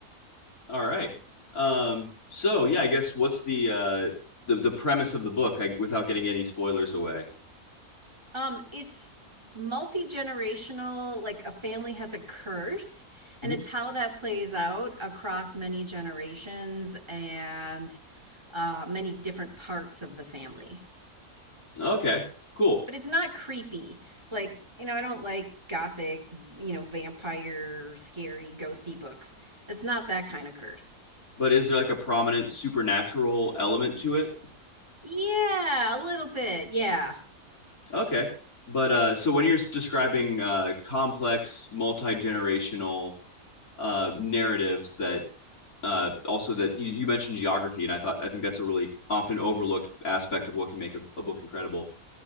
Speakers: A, on the left; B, on the right.
A: All right. Um, so yeah, I guess what's the uh, the the premise of the book I, without getting any spoilers away?
B: Um, it's multi generational, like a family has a curse, and
A: Mhm.
B: it's how that plays out across many generations and uh, many different parts of the family.
A: Okay, cool.
B: But it's not creepy. Like, you know, I don't like gothic, you know, vampire, scary, ghosty books. It's not that kind of curse.
A: But is there like a prominent supernatural element to it?
B: Yeah, a little bit. Yeah.
A: Okay. But uh, so when you're s- describing uh, complex, multi-generational uh, narratives that uh, also that you, you mentioned geography, and I thought I think that's a really often overlooked aspect of what can make a, a book incredible.